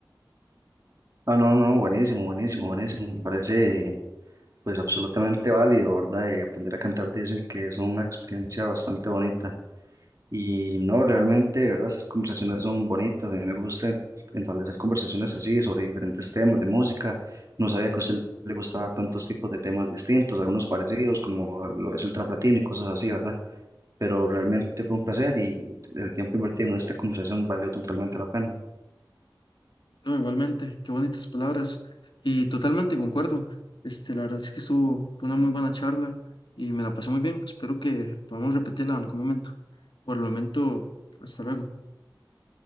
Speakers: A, on the right; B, on the left.
A: Ah, no, no, buenísimo, buenísimo, buenísimo. Me parece Pues absolutamente válido, ¿verdad? Y aprender a cantar dicen que es una experiencia bastante bonita. Y no, realmente, de ¿verdad? Esas conversaciones son bonitas. A mí me gusta establecer conversaciones así sobre diferentes temas de música. No sabía que a usted le gustaba tantos tipos de temas distintos, algunos parecidos, como lo es el trap latino y cosas así, ¿verdad? Pero realmente fue un placer y el tiempo invertido en esta conversación valió totalmente la pena.
B: No, igualmente, qué bonitas palabras. Y totalmente concuerdo. Este, la verdad es que estuvo fue una muy buena charla y me la pasé muy bien. Espero que podamos repetirla en algún momento. Por el momento, hasta luego.